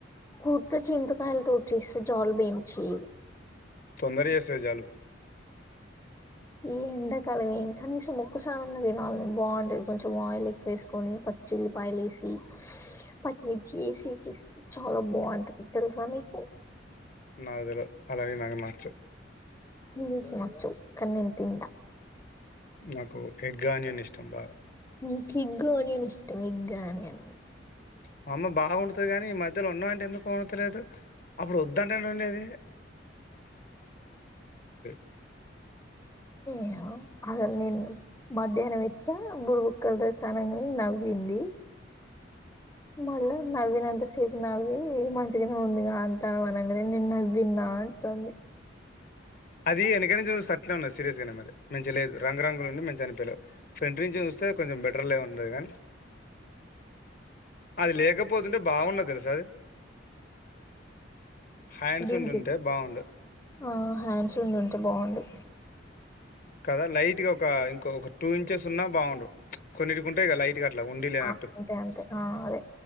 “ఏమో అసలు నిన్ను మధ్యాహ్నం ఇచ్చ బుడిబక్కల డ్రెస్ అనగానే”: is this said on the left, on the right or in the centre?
Left